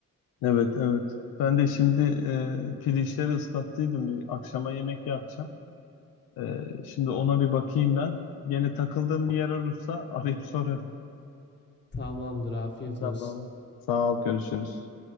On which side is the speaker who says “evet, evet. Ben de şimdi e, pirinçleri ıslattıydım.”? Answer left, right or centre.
Left